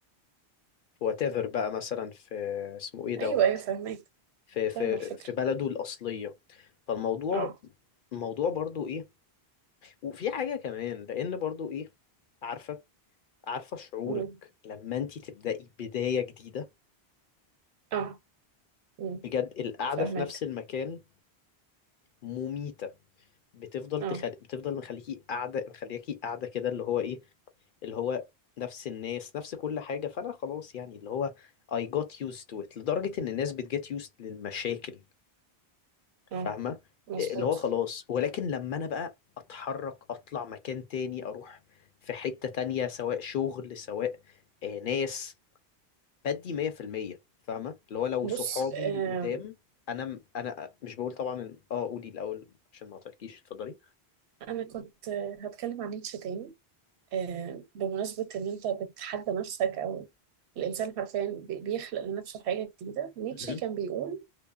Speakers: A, on the left; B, on the right.
A: في whatever بقى مثلا في اسمه ايه دوت
B: ايوه ايوه فاهمك
A: في
B: فاهمة
A: في
B: الفكرة
A: في بلده الأصلية فالموضوع
B: اه
A: الموضوع برضو ايه وفي حاجة كمان لأن برضو إيه عارفة عارفة شعورك
B: مه.
A: لما أنت تبدأي بداية جديدة
B: اه مه.
A: بجد القعدة
B: فاهمك
A: في نفس المكان مميتة بتفضل
B: اه
A: تخل... بتفضل مخليكي قاعدة مخليكي قاعدة كده اللي هو إيه اللي هو نفس الناس نفس كل حاجة فأنا خلاص يعني اللي هو I got used to it لدرجة إن الناس بتجت used للمشاكل فاهمة
B: اه مظبوط
A: اللي هو خلاص ولكن لما أنا بقى أتحرك أطلع مكان تاني أروح في حتة تانية سواء شغل سواء آه، ناس بدي مية في المية فاهمة اللي هو لو
B: بص
A: صحابي
B: آم،
A: القدام أنا م- أنا مش بقول طبعا إن- أه قولي الأول عشان ما أعطيكيش اتفضلي
B: أنا كنت آه، هتكلم عن نيتشه تاني آم، بمناسبة إن أنت بتحدى نفسك أو الإنسان حرفيا بي- بيخلق لنفسه حاجة جديدة نيتشه
A: مهم.
B: كان بيقول